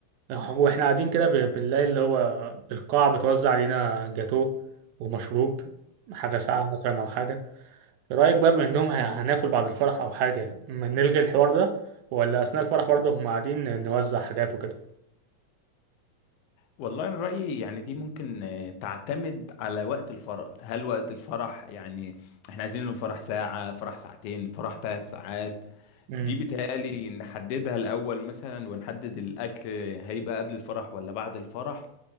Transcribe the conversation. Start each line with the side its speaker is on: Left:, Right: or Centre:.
Right: واحنا قاعدين كده ب- بنلاقي اللي هو القاعة بتوزع علينا جاتوه ومشروب حاجة ساقعة مثلا او حاجة رأيك بقى بما انهم ه- هناكل بعد الفرح او حاجة ما نلغي الحوار ده ولا اثناء الفرح برضه هم قاعدين نوزع حاجات وكده
Left: والله أنا رأيي يعني دي ممكن آه، تعتمد على وقت الفرح هل وقت الفرح يعني احنا عايزين إنه فرح ساعة فرح ساعتين فرح ثلاث ساعات
Right: امم
Left: دي بتهيألي نحددها الأول مثلا ونحدد الأكل هيبقى قبل الفرح ولا بعد الفرح